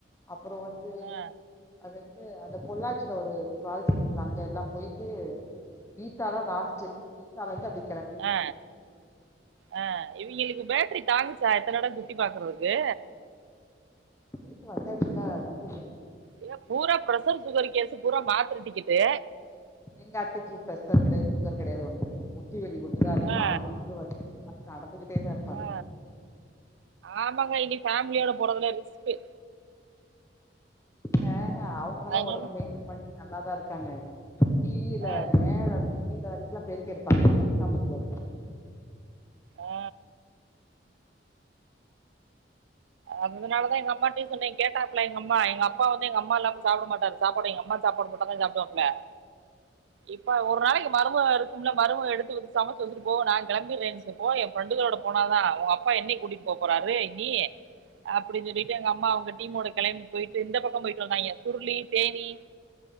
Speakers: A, on the left (about 15°); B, on the right (about 80°).
A: அப்புறோ வந்து அ
B: ஆ
A: அது வந்து அந்த பொள்ளாச்சியில ஒரு ஃபால்ஸ் இருக்குல்ல அங்க எல்லா போயிட்டு கீத்தா தா லாஸ்ட்டு கீத்தா வந்து அப்டி
B: அ ஆ இவிங்களுக்கு பேட்டரி தாங்குச்சா எத்தன இடோ சுத்தி பாக்குறதுக்கு
A: போயிட்டு வந்தாச்சுல்ல வந்து
B: இது பூரா ப்ரெஷர் சுகர் கேஸ்ஸு பூரா மாத்தர டிக்கெட்டு
A: எங்க அத்தைக்கு பெஸர் கெடையாது சுகர் கெடையாது ஒண்ணு கெடையாது முட்டி வெலி ஒண்ணுதா அது
B: ஆ
A: கால் வீங்க வச்ச அத்த நடந்துகிட்டே தா இரு
B: ஆ ஆமாங்க இனி ஃபேமிலியோட போறதுல ரிஸ்க்கு
A: இல்ல அவங்கெல்லா
B: அதனால
A: உடம்பு மெயின்டெயன் பண்ணி நல்லாதா இருக்காங்க கீழ
B: ஆ
A: மேல இருந்து கீழ வரைக்கு பெருக்கி எடுப்பாங்க எனக்கு தா முடியாது
B: ஆ அதனால தா எங்க அம்மாட்டே சொன்ன கேட்டாப்பல எங்கம்மா எங்க அப்பா வந்து எங்க அம்மா இல்லாம சாப்பட மாட்டாரு சாப்பாடு எங்க அம்மா சாப்பாடு போட் டாதா சாப்டுவாப்ல இப்ப ஒரு நாளைக்கு மருமக இருக் குல மருமவ எடுத்து குடுத்து சமச்சு வச்சிட்டு போ நா கெளம்பிருவே என் ஃப்ரெண்டுகளோட போன தா உன் அப்பா என்னைக் கூட்டிட் போ போறாரு இனி அப்டின்னு சொல்லிட்டு எங்க அம்மா அவுங்க டீமோட கெளம்பி போயிட்டு இந்த பக்கோ போயிட்டு வந்தாங்கிய சுருளி தேனி